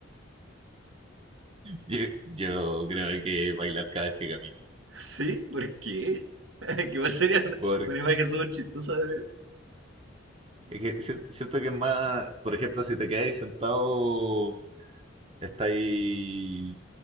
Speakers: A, on the right; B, on the right.
A: Yo, yo creo que bailar cada vez que camino.
B: <laughs> ¿Sí? ¿Por qué? <laughs> Que igual sería una,
A: Porque
B: una imagen súper chistosa de ver.
A: es que si- siento que es más, por ejemplo, si te quedáis sentado, estáis